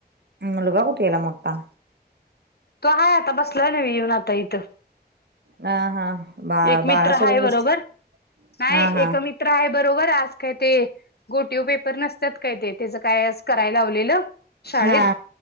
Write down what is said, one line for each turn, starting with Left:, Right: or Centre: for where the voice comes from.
Right: मूलगा कुठे गेला मोठा?
Left: तो आहे आता बसला ना म येऊन आता इथं
Right: आ हा बा
Left: एक मित्र
Right: बाळासोबत
Left: हाय बरोबर
Right: बस
Left: नाही
Right: हा हा
Left: एकमित्र य बरोबर आज काय ते गोटीव पेपर नसतात काय ते त्याच काय करायला लावलेलं शाळेत
Right: हा